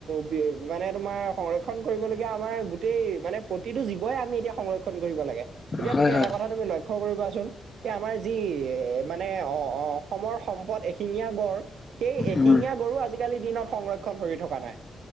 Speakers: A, on the right (about 80°); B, on the left (about 20°).
A: বি মানে তোমাৰ সংৰক্ষণ কৰিব লগীয়া আমাৰ গোটেই মানে প্ৰতিটো জীৱ ৱই আমি এতিয়া সংৰক্ষণ কৰিব লাগে। এতিয়া
B: হয়,
A: তুমি
B: হয়,
A: এটা কথা তুমি লক্ষ্য কৰিবা চোন। এ, আমাৰ যি এ, মানে অ- অ- অসমৰ সম্পদ এশিঙীয়া গঁড় সেই এশিঙীয়া
B: উম,
A: গঁড়ো আজিকালিৰ দিনত সংৰক্ষণ হৈ থকা নাই।